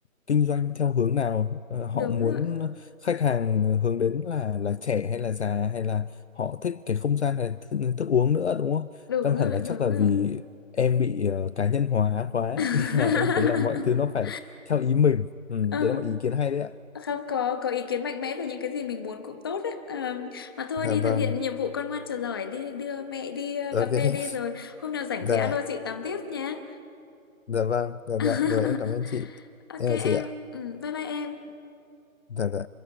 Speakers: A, on the left (about 55°); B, on the left (about 15°).
A: kinh doanh theo hướng nào ờ, họ
B: đúng
A: muốn
B: rồi
A: khách hàng hướng đến là là trẻ hay là già hay là họ thích cái không gian hay thức, thức uống nữa đúng không?
B: đúng
A: Tâm
B: rồi
A: hẳn là
B: đúng
A: chắc là
B: rồi
A: vì em bị ờ, cá nhân hóa quá
B: <laughs>
A: <laughs> nên là em thấy là mọi thứ nó phải theo ý mình. Ừ,
B: Ờ,
A: đấy là một ý kiến hay đấy ạ.
B: không có có ý kiến mạnh mẽ về những cái gì mình muốn cũng tốt đấy Ờ, mà thôi
A: Dạ
B: đi thực
A: vâng.
B: hiện nhiệm vụ con ngoan trò giỏi đi đưa mẹ đi ờ,
A: Ok.
B: cà phê đi rồi hôm nào rảnh
A: dạ
B: thì alo chị tám tiếp nhé
A: dạ vâng dạ
B: <laughs>
A: dạ rồi em cảm ơn chị
B: ok
A: em chào chị
B: em
A: ạ
B: ừ, bye bye em
A: dạ dạ